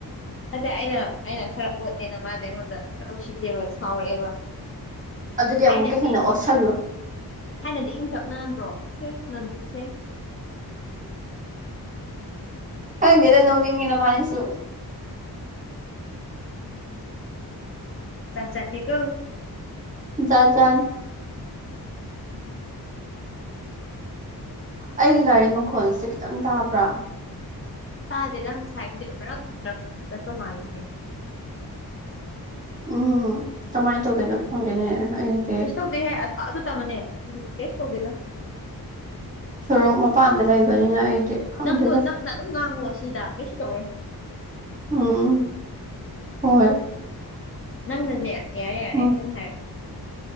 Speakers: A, on the left; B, on the right.
A: ꯑꯗ ꯑꯩꯅ ꯑꯩꯅ ꯈꯔ ꯑꯣꯠꯂꯦꯅ ꯃꯥꯗꯤ ꯑꯩꯉꯣꯟꯗ ꯈꯔ ꯎꯁꯤꯠꯇꯦꯕ ꯁꯥꯎꯔꯛꯑꯦꯕ
B: ꯑꯗꯨꯗꯤ
A: ꯊꯥꯏꯅꯗꯤ
B: ꯑꯃꯨꯛ ꯀꯩ ꯍꯟꯅ ꯑꯣꯠꯁꯜꯂꯨ
A: ꯊꯥꯏꯅꯗꯤ ꯏꯪꯊꯞꯅꯍꯟꯗ꯭ꯔꯣ ꯁꯦꯡ ꯅꯪꯕꯨꯛ ꯁꯦꯡ
B: ꯈꯪꯗꯦꯗ ꯅꯣꯛꯅꯤꯡꯉꯦꯅꯕꯥꯅꯤꯁꯨ
A: ꯞꯖꯠꯅꯤ ꯀꯣ
B: ꯖ ꯆꯥ
A: ꯎꯝ
B: ꯑꯩꯒꯤ ꯒꯥꯔꯤ ꯃꯈꯣꯜꯁꯦ ꯈꯤꯇꯪ ꯇꯥꯕ꯭ꯔꯥ
A: ꯇꯥꯗꯦꯗ ꯉꯁꯥꯏꯕꯨꯗꯤ ꯑꯃꯛꯔꯛ ꯆꯠꯄ ꯃꯥꯜꯂꯅꯦꯍ
B: ꯎꯝ ꯀꯃꯥꯏꯅ ꯇꯧꯗꯣꯏꯅꯣ ꯐꯪꯗꯣꯏꯅꯦ ꯑꯩ
A: ꯇꯦꯁ ꯇꯧꯗꯦꯍꯦ ꯑꯗꯨ ꯇꯪꯉꯅꯤ ꯍꯧꯖꯤꯛ ꯔꯦꯁ ꯇꯧꯗꯦꯗꯪ
B: ꯁꯣꯔꯣꯛ ꯃꯄꯥꯟꯗ ꯂꯩꯕꯅꯤꯅ ꯑꯩꯗꯤ ꯈꯪꯗꯦꯗ
A: ꯅꯪꯗꯣ ꯅꯪꯅ ꯑꯗꯨꯝ ꯉꯥꯡꯉꯣ ꯁꯤꯗ ꯀꯩꯁꯨ ꯇꯧꯔꯦ
B: ꯎꯝ ꯍꯣꯏ
A: ꯅꯪꯅꯅꯦ ꯌꯥꯔꯦ ꯌꯥꯔꯦ
B: ꯎꯝ
A: ꯑꯩꯪ ꯍꯥꯏꯔꯦ